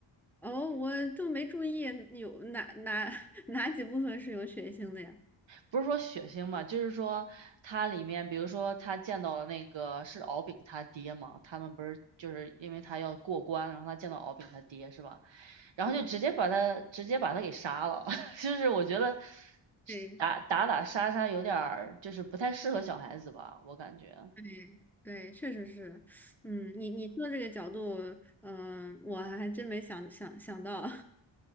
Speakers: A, in the centre; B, on the right.
A: 哦，我都没注意有哪哪 <laughs> 哪几部分是有血腥的呀？
B: 不是说血腥嘛，就是说它里面，比如说他见到了那个是敖丙他爹嘛，他们不是就是因为他要过关，然后他见到敖丙他爹是吧？然后就直接把他直接把他给杀了，
A: 嗯，
B: <laughs> 就是我觉得
A: 对
B: 打打打杀杀有点儿就是不太适合小孩子吧，我感觉。
A: 对对，确实是，嗯，你你说这个角度，嗯、我还真没想想想到，